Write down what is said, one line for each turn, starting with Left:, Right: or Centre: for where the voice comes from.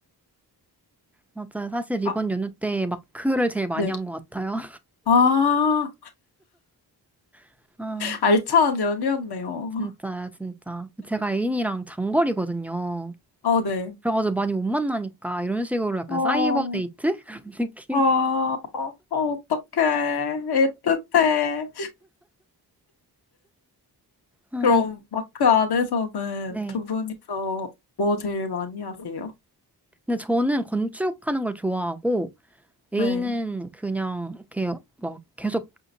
Centre: 맞아요. 사실 이번
Left: 아,
Centre: 연휴 때 마크를 제일 많이
Left: 네.
Centre: 한 것 같아요.
Left: 아,
Centre: <laughs> 아,
Left: 알찬 연휴였네요.
Centre: 진짜요, 진짜. 제가 애인이랑 장거리거든요.
Left: 아, 네.
Centre: 그래가지고 많이 못 만나니까 이런 식으로 약간
Left: 어,
Centre: 사이버 데이트? <laughs> 그런 느낌?
Left: 아, 어, 어떡해. 애틋해.
Centre: 아,
Left: 그럼 마크 안에서는
Centre: 네.
Left: 두 분이서 뭐 제일 많이 하세요?
Centre: 근데 저는 건축하는 걸 좋아하고 A는
Left: 네.
Centre: 그냥 이렇게 막 계속